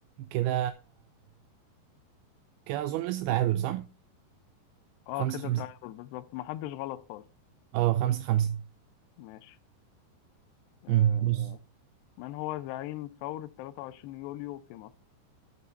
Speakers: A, on the right; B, on the left.
A: كده كده أظن لسه تعادل صح؟
B: أه
A: خمسة
B: كده
A: خمسة
B: تعادل بالظبط محدش غلط خالص
A: اه خمسة خمسة
B: ماشي آه
A: امم بص
B: من هو زعيم ثورة 23 يوليو في مصر